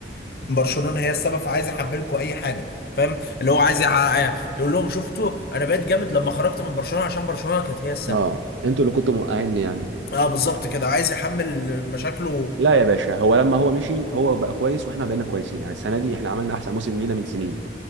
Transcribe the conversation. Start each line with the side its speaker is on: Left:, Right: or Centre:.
Left: برشلونة هي السبب فعايز يحملكوا اي حاجة فاهم اللي هو عايز يع- يقول لهم شفتوا انا بقيت جامد لما خرجت من برشلونة عشان برشلونة كانت هي السبب
Right: اه انتوا اللي كنتوا موقعيني يعني
Left: اه بالظبط كده عايز يحمل مشاكله
Right: لا يا باشا هو لما هو مشي هو بقى كويس واحنا بقينا كويسين يعني السنه دي احنا عملنا احسن موسم لينا من سنين